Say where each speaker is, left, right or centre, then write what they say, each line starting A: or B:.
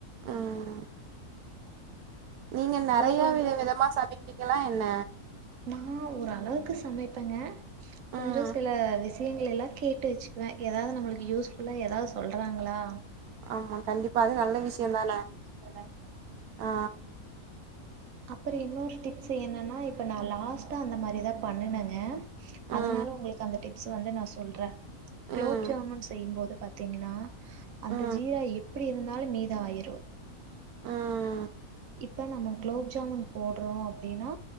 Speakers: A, on the right; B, on the right.
A: ம் நீங்க நறையா
B: வேற உங்
A: வித விதமா சமைப்பிங்களா என்ன?
B: நா ஒரளவுக்கு சமைப்பங்க. கொஞ்சோ
A: ம்
B: சில விஷயங்கள எல்லா கேட்டு வெச்சுக்குவே எதாவது நம்மளுக்கு யூஸ்ஃபுல்லா எதாவ் சொல்றாங்களா
A: ஆமா கண்டிப்பா
B: அப்டிங்கிறது
A: அது நல்ல விஷ்யந்தான
B: கேட்டு வச்சுக்குவே
A: ஆ.
B: அப்புற இன்னோரு டிப்ஸ் என்னன்னா இப்ப நா லாஸ்ட்டா அந்த மாரிதா பண்ணுனங்க. அதனால
A: ம்
B: உங்குளுக்கு அந்த டிப்ஸ் வந்து நா சொல்றே. குலோப்
A: ம்
B: ஜாமுன் செய்யும்போது பாத்தீங்கனா அந்த
A: ம்
B: ஜீரா எப்பிடி இருந்தாலு மீத ஆயிரு.
A: ம்
B: இப்ப நம்ம குலோப் ஜாமுன் போட்றோ அப்டினா